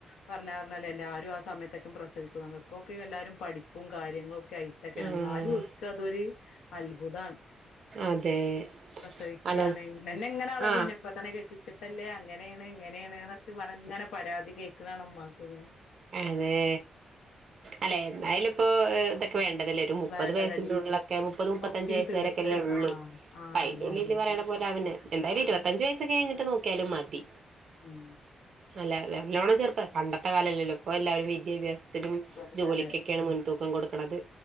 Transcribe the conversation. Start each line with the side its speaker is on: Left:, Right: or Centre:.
Left: പറഞ്ഞാ ഞ്ഞാല് എല്ലാരു അവസ് സമയത്തെക്കെ പ്രസവിക്കും ഇപ്പൊക്കെ എല്ലാവരും പഠിപ്പും കാര്യങ്ങളും ഒക്കെ ആയിട്ടെക്കെ ആണ്
Right: ആഹ്
Left: എന്നാലും ഓര്ക്ക് അതൊരു അത്ഭുതം ആണ്
Right: അതെ
Left: പ്രസവിക്കയാണെങ്കില്
Right: അല്ല
Left: എന്നെ ഇങ്ങനെ ആള
Right: ആഹ്
Left: കുഞ്ഞായപ്പ തന്നെ കെട്ടിച്ചിട്ടല്ലേ അങ്ങനെയാണ് ഇങ്ങനെയാണ് നിർത്തി പറഞ്ഞ് ഇങ്ങനെ പരാതി കേൾക്കന്നതാണ് ഉമ്മാക്ക് പണി
Right: അതെ അല്ലേ എന്നായാലും ഇപ്പോ ഇതൊക്കെ വേണ്ട തല്ലേ ഒരു മുപ്പത്
Left: വേണ്ടതന്നെ
Right: വയസിന്റെ ഉള്ളിലൊക്കെ മുപ്പത് മുപ്പത്ത്അഞ്ച്
Left: ഒക്കെയും
Right: വയസ്
Left: തീർത്ത്
Right: വരൊക്കെല്ല ഉള്ളൂ
Left: ആഹ് ആഹ്
Right: അയിന്റെ
Left: അതെ
Right: ഉള്ളില്
Left: അതെ
Right: പറയണ പോലെ ആവന് എന്തായാലും ഇരുപത്തഞ്ച് വയസ്സ് കഴിഞ്ഞിട്ട് നോക്കിയാലും മതി
Left: ഉം
Right: അല്ല നല്ലോണം ചേർപ്പ പണ്ടത്തെ കാലമല്ലല്ലോ ഇപ്പോ എല്ലാവരും വി ദ്യാഭ്യാസത്തിനും
Left: അതെ
Right: ജോലിക്കൊക്കെയാണ്
Left: അതെ
Right: മുൻതൂക്കം കൊടുക്കണത്